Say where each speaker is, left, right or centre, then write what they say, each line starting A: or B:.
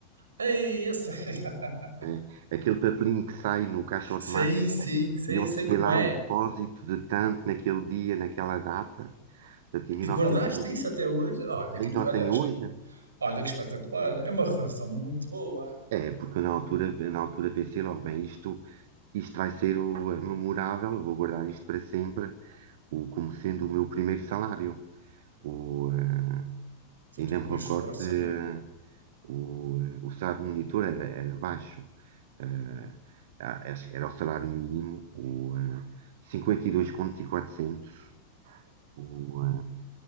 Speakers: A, on the right; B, on the right.
A: Ei, eu sei. <laughs>
B: né? Aquele papelinho que sai no caixa automática
A: Sim, sim, sei,
B: e onde
A: sei
B: tem
A: como
B: lá
A: é.
B: o depósito de tanto naquele dia, naquela data, portanto, em 1990.
A: E guardaste isso até hoje? Olha
B: Ainda
A: que, inte- olha,
B: o tenho
A: es-
B: hoje?
A: olha que espetacular. É uma relação muito boa.
B: É, porque eu na altura, na altura pensei logo, bem, isto, isto vai ser o, é memorável, eu vou guardar isto para sempre, o, como sendo o meu primeiro salário. O, eh,
A: Foi
B: ainda
A: o teu primeiro
B: me recordo,
A: esforço,
B: eh,
A: não é?
B: o, eh, o salário do monitor era, era baixo, eh, a- acho que era o salário mínimo, o, eh, 52.400, o,